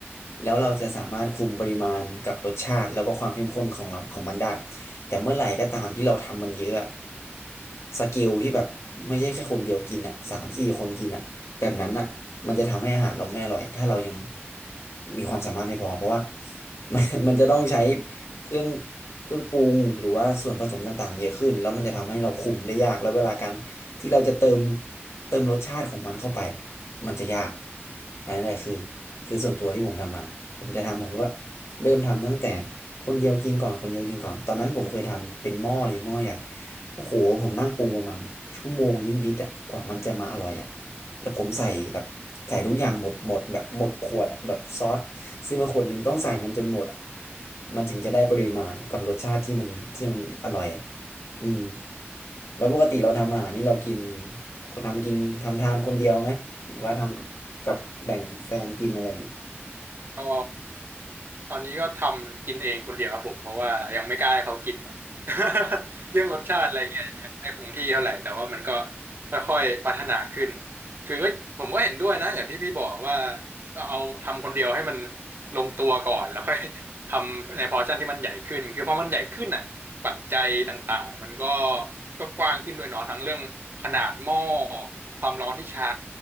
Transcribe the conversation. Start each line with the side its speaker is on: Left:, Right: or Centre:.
Left: แล้วเราจะสามารถคุมปริมาณกับรสชาติแล้วก็ความเข้มข้นของเราของมันได้แต่เมื่อไหร่ก็ตามที่เราทำมันเยอะอะสเกลที่แบบไม่ใช่แค่คนเดียวกินอ่ะสามสี่คนกินอ่ะ แบบนั้นอ่ะมันจะทำให้อาหารเราไม่อร่อย ถ้าเรายังมีความสามารถไม่พอเพราะว่า <laughs> มันมันจะต้องใช้เครื่องเครื่องปรุงหรือว่าส่วนผสมต่างๆเยอะขึ้นแล้วมันจะทำให้เราคุมได้ยากแล้วเวลาการที่เราจะเติมเติมรสชาติของมันเข้าไปมันจะยากอันนั้นแหละคือคือส่วนตัวที่ผมทำมาผมจะทำผมก็เริ่มทำตั้งแต่คนเดียวกินก่อนคนเดียวกินก่อน ตอนนั้นผมเคยทำเป็นหม้อเลยหม้อใหญ่โอ้โหผมนั่งปรุงประมาณชั่วโมงนิดๆอะกว่ามันจะมาอร่อยอะ แล้วผมใส่แบบใส่ทุกอย่างหมดหมดแบบหมดขวดอะแบบซอสซื้อมาขวดหนึ่งต้องใส่มันจนหมดอะมันถึงจะได้ปริมาณกับรสชาติที่มันที่มันอร่อยอะอืมแล้วปกติเราทำอาหารนี่เรากินคนทำกินทำทานคนเดียวไหมหรือว่าทำกับกับแบ่งแฟนกินอะไรอย่างงี้
Right: ก็ ตอนนี้ก็ทำกินเองคนเดียวครับผมเพราะว่ายังไม่กล้าให้เขากิน <laughs> เรื่องรสชาติอะไรเงี้ยยังไม่คงที่เท่าไหร่แต่ว่ามันก็ค่อยๆพัฒนาขึ้นคือก็ผมก็เห็นด้วยนะอย่างที่พี่บอกว่าต้องเอาทำคนเดียวให้มันลงตัวก่อนแล้วค่อยทำในพอร์ชั่นที่มันใหญ่ขึ้นคือพอมันใหญ่ขึ้นอ่ะปัจจัยต่างๆมันก็ก็กว้างขึ้นด้วยเนาะทั้งเรื่องขนาดหม้อความร้อนที่ใช้